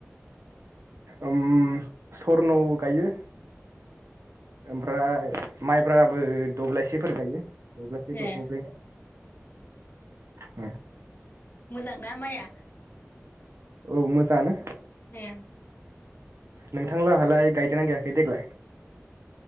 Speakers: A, on the right (about 65°); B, on the left (about 40°).
A: ओम स्वर्न गायो ओमफ्राय माइब्राबो दब्लायसेफोर गायो। दब्लायसे
B: ए
A: दब्लायनै होम
B: मोजांना माइया?
A: औ मोजांङानो।
B: ए।
A: नोंथां लाहालाय गायदोंना गायाखै देग्लाय?